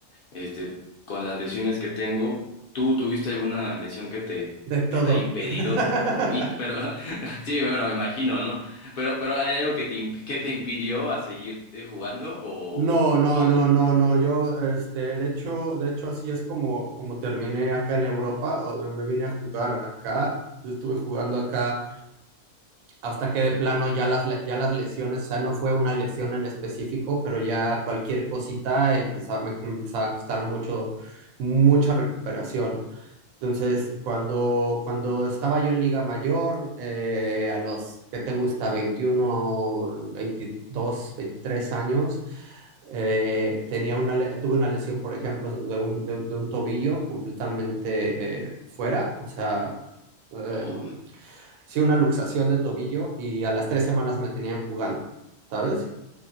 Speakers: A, on the left; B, on the right.
A: Este, con las lesiones que tengo, ¿tú tuviste alguna lesión que te,
B: de todo.
A: que te haya impedido?
B: <laughs>
A: Y, pero, <laughs> sí, bueno, me imagino, ¿no? Pero, pero ¿hay algo que te, imp- que te impidió a seguir eh, jugando? O,
B: No, no,
A: o,
B: no, no, no. Yo, este, de hecho, de hecho, así es como, como terminé acá en Europa. o- eh, Me vine a jugar acá. Yo estuve jugando acá hasta que de plano ya las, le- ya las lesiones, o sea, no fue una lesión en específico, pero ya cualquier cosita empezaba, me empezaba a costar mucho, mucha recuperación. Entonces, cuando, cuando estaba yo en Liga Mayor, eh, a los, ¿qué te gusta? 21, 22, 23 años, eh, tenía una, le- tuve una lesión, por ejemplo, de un, de- de un tobillo completamente eh, fuera, o sea, em,
A: o-
B: sí, una luxación de tobillo y a las tres semanas me tenían jugando, ¿sabes?